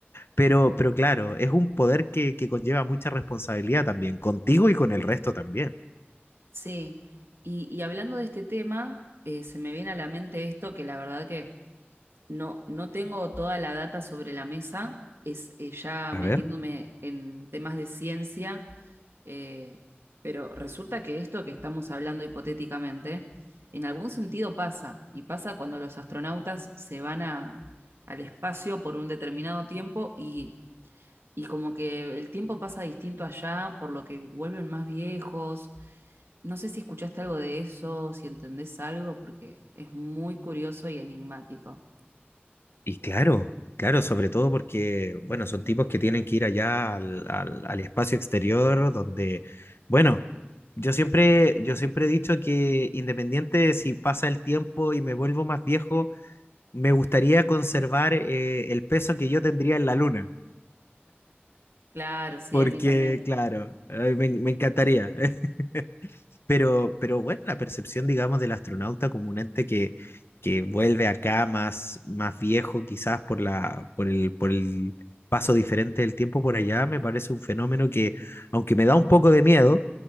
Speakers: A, on the left; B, on the right.
A: Pero, pero claro, es un poder que, que conlleva mucha responsabilidad también, contigo y con el resto también.
B: Sí, y, y hablando de este tema, eh, se me viene a la mente esto que la verdad que No, no tengo toda la data sobre la mesa, es eh, ya
A: A
B: metiéndome
A: ver.
B: en temas de ciencia, eh, pero resulta que esto que estamos hablando hipotéticamente, en algún sentido pasa, y pasa cuando los astronautas se van a- al espacio por un determinado tiempo y, y como que el tiempo pasa distinto allá, por lo que vuelven más viejos. No sé si escuchaste algo de eso, si entendés algo, porque es muy curioso y enigmático.
A: Y claro, claro, sobre todo porque, bueno, son tipos que tienen que ir allá al, al- al espacio exterior donde, bueno, yo siempre, yo siempre he dicho que independiente de si pasa el tiempo y me vuelvo más viejo, me gustaría conservar eh, el peso que yo tendría en la luna,
B: Claro, sí,
A: porque,
B: a mí también.
A: claro, eh, me, me encantaría. <laughs> Pero, pero bueno, la percepción, digamos, del astronauta como un ente que, que vuelve acá más, más viejo, quizás por la, por el, por el paso diferente del tiempo por allá, me parece un fenómeno que, aunque me da un poco de miedo,